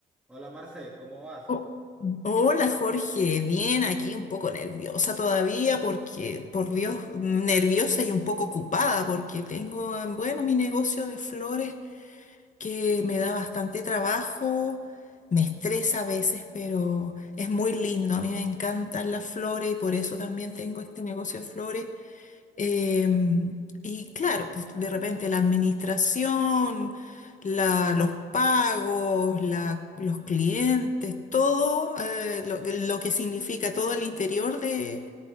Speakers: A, in the centre; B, on the left.
A: Hola Marce, ¿cómo vas?
B: Oh, Hola Jorge, bien, aquí un poco nerviosa todavía porque, por Dios, nerviosa y un poco ocupada porque tengo, bueno, mi negocio de flores que
A: Ok,
B: me da bastante trabajo, me estresa a veces, pero es muy lindo, a mí me encantan las flores y por eso también tengo este negocio de flores Em, y claro, pues de repente la administración, la- los pagos, la- los clientes, todo eh, lo, que lo que significa todo el interior de,